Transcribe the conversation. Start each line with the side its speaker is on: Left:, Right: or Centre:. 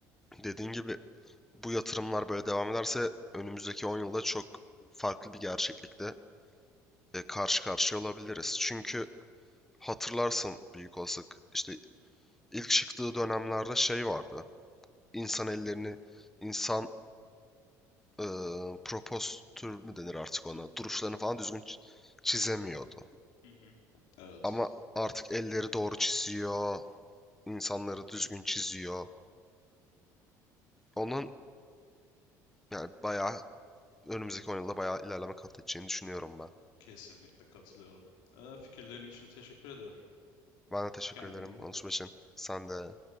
Centre: dediğin gibi bu yatırımlar böyle devam ederse önümüzdeki 10 yılda çok farklı bir gerçeklikte e, karşı karşıya olabiliriz. Çünkü hatırlarsın büyük olasılık işte ilk çıktığı dönemlerde şey vardı. İnsan ellerini, insan e, propostür mü denir artık ona? Duruşlarını falan düzgün çizemiyordu.
Left: Hı hı. Evet.
Centre: Ama artık elleri doğru çiziyor, insanları düzgün çiziyor. Onun yani bayağı önümüzdeki on yılda bayağı ilerleme kat edeceğini düşünüyorum ben.
Left: Kesinlikle katılıyorum. E, fikirlerin için teşekkür ederim.
Centre: Ben de teşekkür
Left: Kendine
Centre: ederim
Left: iyi bak.
Centre: Anuşum için. Sen de